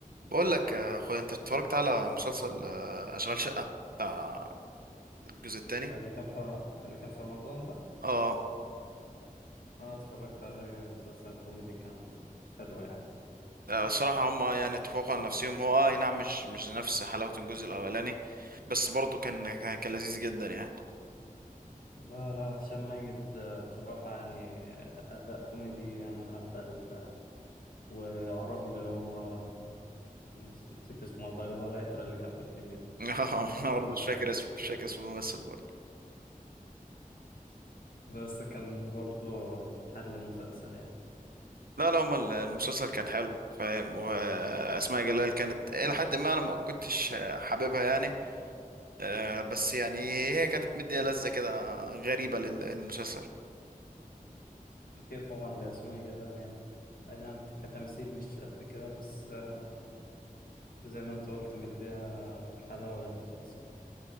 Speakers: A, on the right; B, on the left.
A: بقول لك يا اخويا انت اتفرجت على مسلسل آه، اشغال شقة بتاع الجزء الثاني
B: ده اللي كان في اللي كان في رمضان ده
A: اه
B: اه اتفرجت عليه مسلسل كوميدي كان حلو يعني
A: آه، الصراحة هما يعني اتفقوا على نفسهم هو اه أي نعم مش مش نفس حلاوة الجزء الاولاني بس برضه كان كان كان لذيذ جدا يعني
B: لا لا هشام ماجد آه، بصراحة يعني آه، أداء كوميدي يعني عدى ال... وعربي اللي هو مس- نسيت اسمه والله اللي هو العترة اللي كان في الكبير
A: <laughs> اه انا
B: برضه
A: برضه مش
B: كان
A: فاكر اسمه مش فاكر اسم الممثل برضه
B: بس كان برضه محل المسلسل يعني
A: لا لا هما ال- المسلسل كان حلو فاهم واسماء جلال كانت الى حد ما انا ما كنتش آه، حاببها يعني آه، بس يعني هي كانت مدية لذة كده غريبة لل- للمسلسل
B: أكيد طبعا ده أسماء جلال يعني أي نعم كتمثيل مش قد كده بس آه، زي ما أنت قلت مديها حلاوة للمسلسل